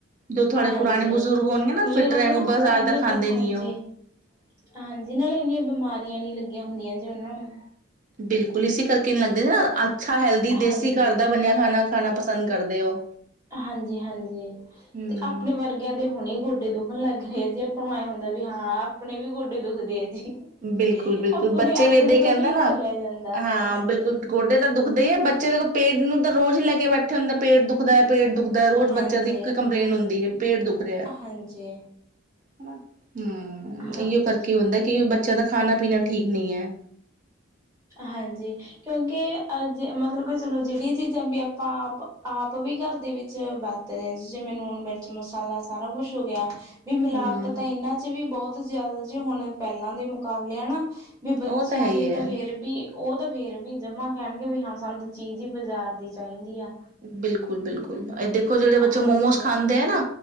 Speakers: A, on the right; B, on the right.
A: ਜੋ ਥੁਹਾਡੇ
B: ਹਾਂਜੀ
A: ਪੁਰਾਣੇ ਬਜੁਰਗ ਹੋਣਗੇ ਨਾ
B: ਨਾਲੇ
A: ਫਿਟ
B: ਉਹਨਾਂ
A: ਰੈਣਗੇ
B: ਨੂੰ
A: ਬਾਜ਼ਾਰ
B: ਇੰਨੇ
A: ਦਾ ਖਾਂਦੇ
B: ਹਾਂਜੀ
A: ਨੀ ਓ।
B: ਹਾਂਜੀ, ਨਾਲੇ ਇੰਨੀਆਂ ਬਿਮਾਰੀਆਂ ਨੀ ਲੱਗੀਆਂ ਹੁੰਦੀਆਂ ਜੀ ਉਨਾਂ ਨੂੰ।
A: ਬਿਲਕੁਲ, ਇਸੇ ਕਰਕੇ ਨੀ ਲੱਗਦੀਆਂ ਨਾ ਅੱਛਾ, ਹੈਲਦੀ,
B: ਹਾਂਜੀ
A: ਦੇਸੀ ਘਰ ਦਾ ਬਣਿਆ ਖਾਣਾ ਖਾਣਾ ਪਸੰਦ ਕਰਦੇ ਓ।
B: ਹਾਂਜੀ- ਹਾਂਜੀ
A: ਹੂੰ
B: ਤੇ ਆਪਣੇ ਵਰਗਿਆਂ ਦੇ ਹੁਣੇ ਗੋਡੇ ਦੁਖਣ ਲੱਗ ਰੇ ਜੇ ਹੁਣ ਐ ਹੁੰਦਾ ਵੀ ਹਾਂ ਆਪਣੇ ਵੀ ਗੋਡੇ ਦੁਖਦੇ ਆ ਜੀ।
A: ਬਿਲਕੁਲ- ਬਿਲਕੁਲ
B: ਆਪਣੇ
A: ਬੱਚੇ
B: ਆਪਣੇ
A: ਵੀ ਏਦਾਂ ਈ
B: ਤੋਂ
A: ਕੈਂਦੇ
B: ਨੀ
A: ਨਾ
B: ਚੱਲਿਆ ਜਾਂਦਾ
A: ਹਾਂ
B: ਹਾਂਜੀ
A: ਬਿਲਕੁਲ ਬਿਲ ਗੋਡੇ ਤਾਂ ਦੁਖਦੇ ਐ ਬੱਚੇ ਜਦੋ ਪੇਟ ਨੂੰ ਤਾਂ ਰੋਜ਼ ਈ ਲੈ ਕੇ ਬੈਠੇ ਹੁੰਦੇ ਪੇਟ ਦੁਖ ਦੁਖਦਾ ਐ ਪੇਟ ਦੁਖਦਾ ਐ ਰੋਜ
B: ਹਾਂਜੀ
A: ਬੱਚਿਆਂ ਦੀ ਇਕ ਕੰਪਲੇਂਨ ਹੁੰਦੀ ਐ ਪੇਟ ਦੁਖ ਰਿਐ।
B: ਹਾਂਜੀ।
A: ਹਨਾ, ਹੂੰ
B: ਹਾਂਜੀ
A: ਇਓ ਕਰਕੇ ਹੁੰਦਾ ਕਿ ਜੋ ਬੱਚਿਆਂ ਦਾ ਖਾਣਾ ਪੀਣਾ ਠੀਕ ਨਈ ਐ।
B: ਹਾਂਜੀ ਕਿਉਕਿ ਅਜ ਮਤਲਬ ਕਿ ਚਲੋ ਜਿੜੀਆਂ ਚੀਜਾ ਵੀ ਆਪਾਂ ਆਪ- ਆਪ ਵੀ ਘਰ ਦੇ ਵਿਚ ਬਰ ਏ ਤੇ ਇੰਜ ਜਿਵੇ ਲੂਣ, ਮਿਰਚ ਮਸਾਲਾ ਸਾਰਾ ਕੁੱਛ ਹੋ ਗਿਆ ਵੀ ਮਿਲਾਵਟ
A: ਹੂੰ
B: ਤਾਂ ਇਨਾ 'ਚ ਵੀ ਬੌਤ ਜਿਆਦਾ ਜੇ ਹੁਣ ਪੈਲਾਂ ਦੇ ਮੁਕਾਬਲੇ ਅਨਾ ਬੀ ਬੱਚਿਆਂ
A: ਉਹ ਹੈ ਹੀ
B: ਲਈ
A: ਹੈ
B: ਤਾਂ ਫੇਰ ਵੀ ਓ ਤਾਂ ਫੇਰ ਵੀ ਜਮਾ ਕੈਣਗੇ ਵੀ ਹਾਂ ਸਾਨੂੰ ਤਾਂ ਚੀਜ਼ ਈ ਬਾਜ਼ਾਰ ਦੀ ਚਾਈਦੀ ਆ।
A: ਬਿਲਕੁਲ- ਬਿਲਕੁਲ ਐ ਦੇਖੋ ਜੇੜੇ ਬੱਚੇ
B: ਹਾਂਜੀ
A: ਮੋਮੋਸ ਖਾਂਦੇ ਆ ਨਾ